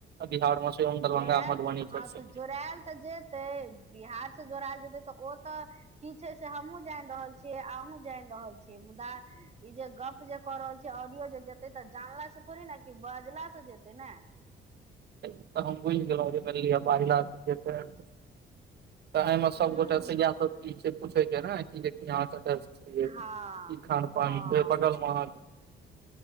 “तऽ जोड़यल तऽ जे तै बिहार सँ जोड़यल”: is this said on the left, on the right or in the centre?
Right